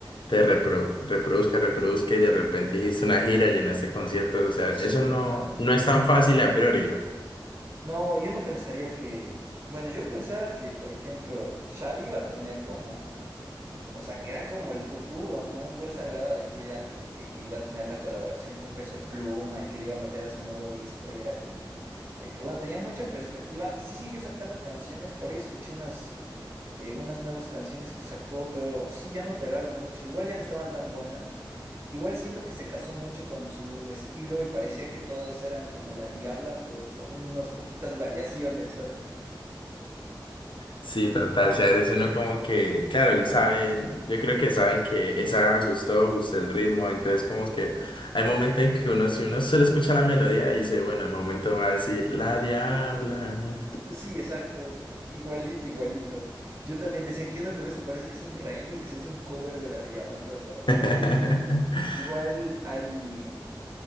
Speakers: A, on the left; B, on the right.
A: te repro- reproduzca, reproduzca y de repente hiciste una gira, llenaste conciertos, o sea, eso
B: sí, claro.
A: no, no es tan fácil a priori.
B: No, yo no pensaría que, bueno, yo pensaba que, por ejemplo, Xavi iba a tener como, o sea, que era como el futuro, ¿no? Igual se hablaba de que, ya, que, que iba a tener la colaboración con Pesos Pluma y que le iba a meter a su nuevo disco y era como, de que, bueno, tenía mucha perspectiva. Sí siguió sacando canciones, por ahí escuché unas eh, unas nuevas canciones que sacó, pero sí, ya no pegaron mucho. Igual ya no estaban tan buenas. Igual siento que se casó mucho con su estilo y parecía que todas eran como la Diabla, pero con unas poquitas variaciones, ¿sabes?
A: Sí, total, si a veces uno como que, claro, él sabe, yo creo que saben que esa gustó, gustó el ritmo, entonces como que hay momentos en que uno, si uno solo escucha la melodía, dice, bueno, el momento va a decir, la diabla.
B: Sí, exacto, igualito, igualito. Yo también decía, ¿qué onda con esto? Parece que es un remix, es un cover de la Diabla, pero con otra
A: <laughs>
B: letra. Igual hay,